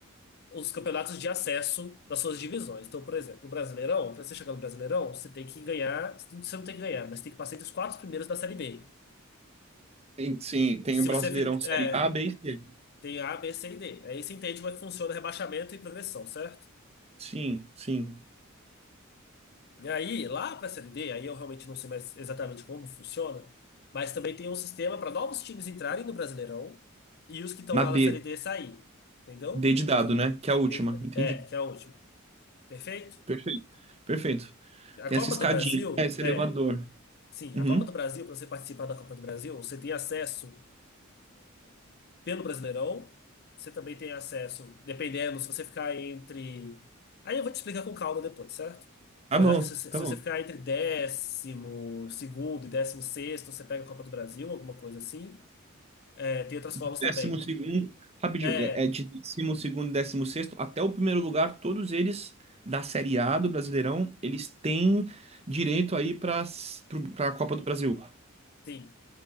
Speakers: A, on the left; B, on the right.
A: os campeonatos de acesso das suas divisões. Então, por exemplo, o Brasileirão, para você chegar no Brasileirão, você tem que ganhar, você não tem que ganhar, mas tem que passar entre os quatro primeiros da Série B.
B: Tem- Sim, tem
A: Se
B: o Brasileirão
A: você fi-
B: Série
A: é,
B: A, B e C.
A: tem A, B, C e D. Aí você entende como é que funciona rebaixamento e progressão, certo?
B: Sim, sim.
A: E aí, lá para a Série D, aí eu realmente não sei mais exatamente como funciona, mas também tem um sistema para novos times entrarem no Brasileirão e os que estão
B: Na
A: lá
B: D.
A: na Série D sair. Entendeu?
B: D de dado, né? Que é a última.
A: De-
B: Entendi.
A: É, que é a última. Perfeito?
B: Perfeito. Perfeito.
A: A
B: Tem
A: Copa
B: essa escadinha,
A: do Brasil,
B: né, esse
A: é.
B: elevador.
A: Sim,
B: Uhum.
A: a Copa do Brasil, para você participar da Copa do Brasil, você tem acesso pelo Brasileirão. Você também tem acesso, dependendo, se você ficar entre. Aí eu vou te explicar com calma depois, certo?
B: Tá
A: Mas
B: bom,
A: eu acho que se,
B: tá
A: se você
B: bom.
A: ficar entre décimo segundo e décimo sexto, você pega a Copa do Brasil, alguma coisa assim. É, tem outras
B: De
A: formas também.
B: décimo segundo, rapidinho,
A: É,
B: é é de décimo segundo e décimo sexto até o primeiro lugar, todos eles da Série A do Brasileirão, eles têm direito aí para para a Copa do Brasil.
A: sim,